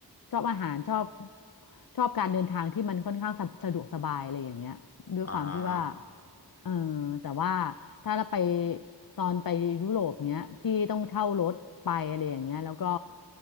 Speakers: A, on the left; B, on the left.
A: ชอบอาหารชอบชอบการเดินทางที่มันค่อนข้างสะสะดวกสบายอะไรอย่างเงี้ยด้วยความที่ว่า
B: อ๋อ
A: เออแต่ว่าถ้าเราไปตอนไปยุโรปเงี้ยพี่ต้องเช่ารถไปอะไรอย่างเงี้ยแล้วก็